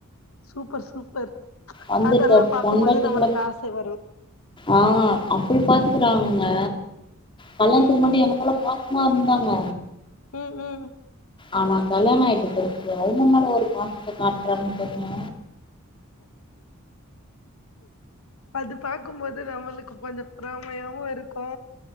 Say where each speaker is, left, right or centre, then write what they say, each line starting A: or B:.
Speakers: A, on the left; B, on the left.
A: சூப்பர் சூப்பர்
B: வந்துட்ட
A: அதெல்லா பாக்கும்போது
B: பொண்டாட்டிகள
A: நம்மளுக்கு ஆச வரு
B: ஆ அப்டி பாத்துக்குறாங்க கல்யாணத்துக்கு
A: ம்
B: முன்னாடி
A: ம்
B: எங்கள பாத் அம்மா இருந்தாங்க
A: ம் ம்
B: ஆனா கல்யாண ஆயிட்டபெர்கு அவுங்க மேல ஒரு பாசத்த காட்றாங்க பாருங்க
A: அது பாக்குபோது நம்மளுக்கு கொஞ்சோ பொறாமையாவு இருக்கு